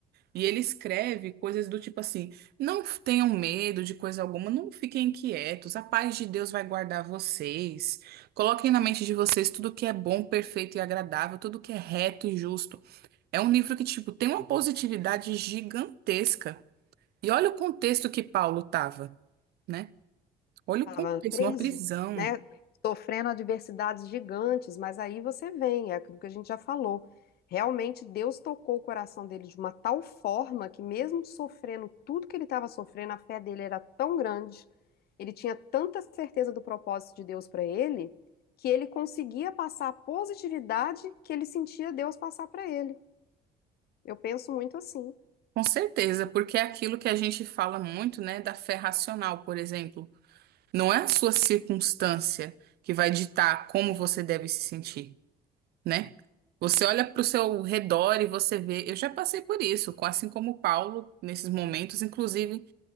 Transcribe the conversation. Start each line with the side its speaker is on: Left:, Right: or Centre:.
Right: e ele escreve coisas do tipo assim: não tenham medo de coisa alguma, não fiquem inquietos, a paz de Deus vai guardar vocês. Coloquem na mente de vocês tudo que é bom, perfeito e agradável, tudo que é reto e justo. É um livro que, tipo, tem uma positividade gigantesca. E olha o contexto que Paulo estava, né? Olha o
Left: Estava
Right: contexto,
Left: preso,
Right: uma prisão.
Left: né? Sofrendo adversidades gigantes, mas aí você vem, é aquilo que a gente já falou. Realmente Deus tocou o coração dele de uma tal forma que, mesmo sofrendo tudo que ele estava sofrendo, a fé dele era tão grande, ele tinha tanta certeza do propósito de Deus para ele, que ele conseguia passar a positividade que ele sentia Deus passar para ele. Eu penso muito assim.
Right: Com certeza, porque é aquilo que a gente fala muito, né, da fé racional, por exemplo. Não é a sua circunstância que vai ditar como você deve se sentir, né? Você olha para o seu redor e você vê. Eu já passei por isso, com- assim como o Paulo, nesses momentos. Inclusive,